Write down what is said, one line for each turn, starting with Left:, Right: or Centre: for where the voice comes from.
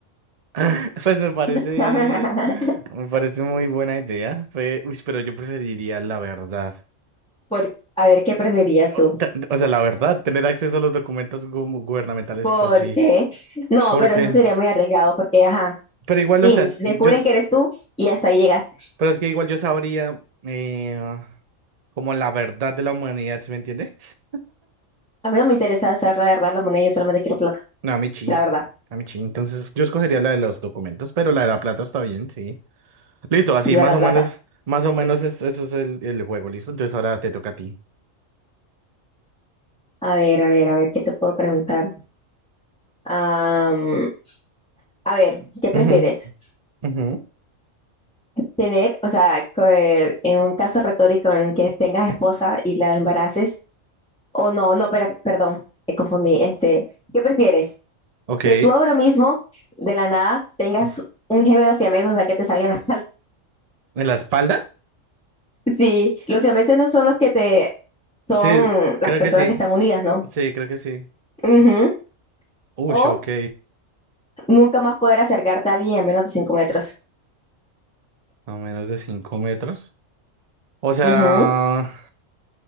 Right: <laughs> Pues me parece,
Centre: <laughs>
Right: me parece muy buena idea. Pe- uy, pero yo preferiría la verdad.
Centre: Por, a ver, ¿qué preferías
Right: O
Centre: tú?
Right: te- o sea, la verdad, tener acceso a los documentos gu- gubernamentales
Centre: Porque,
Right: es así.
Centre: no,
Right: Es porque,
Centre: pero eso sería muy arriesgado porque, ajá,
Right: pero igual,
Centre: Tin,
Right: o sea,
Centre: descubren
Right: yo,
Centre: que eres tú y hasta ahí llegaste.
Right: pero es que igual yo sabría eh, como la verdad de la humanidad, ¿sí me entiendes?
Centre: A mí no me interesa saber la verdad, la moneda, yo solamente quiero plata,
Right: No, a mí sí,
Centre: la verdad.
Right: a mí sí. Entonces yo escogería la de los documentos, pero la de la plata está bien, sí. Listo, así
Centre: Viva
Right: más
Centre: la
Right: o
Centre: plata.
Right: menos, más o menos es- eso es el, el juego, ¿listo? Entonces ahora te toca a ti.
Centre: A ver, a ver, a ver, ¿qué te puedo preguntar? Am, a ver, ¿qué prefieres?
Right: Ujú, ujú.
Centre: Tener, o sea, co- eh, en un caso retórico en el que tengas esposa y la embaraces, o no, no, per- perdón, me confundí, este, ¿qué prefieres?
Right: Ok.
Centre: Que tú ahora mismo, de la nada, tengas
Right: Ah,
Centre: un gemelo siamés, o sea, que te salgan las palmas. <laughs>
Right: ¿En la espalda?
Centre: Sí, los siameses no son los que te, son
Right: Sí,
Centre: las
Right: creo
Centre: personas
Right: que sí,
Centre: que están unidas, ¿no?
Right: sí, creo que sí.
Centre: Ujú.
Right: Uy,
Centre: O
Right: ok.
Centre: nunca más poder acercarte a alguien a menos de cinco metros.
Right: A menos de 5 metros. O sea,
Centre: Ujú.